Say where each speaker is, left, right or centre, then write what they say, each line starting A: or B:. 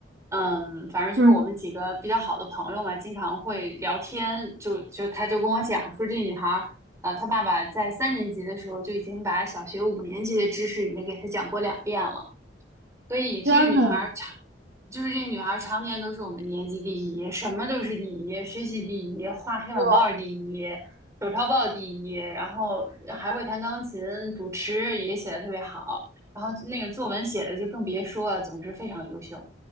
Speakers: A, on the right; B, on the right.
A: 嗯，反正就是我们几个比较好的朋友嘛，
B: 嗯，
A: 经常会聊天，就就他就跟我讲说，这女孩。呃，他爸爸在三年级的时候就已经把小学五年级的知识已经给他讲过两遍了。所以这个女孩儿常，
B: 天呐，
A: 就是这个女孩儿常年都是我们年级第一，什么都是第一，学习第一，画黑板报儿第一，
B: 哇
A: 手抄报第一，然后还会弹钢琴，主持也写的特别好，然后那个作文写的就更别说了，总之非常优秀。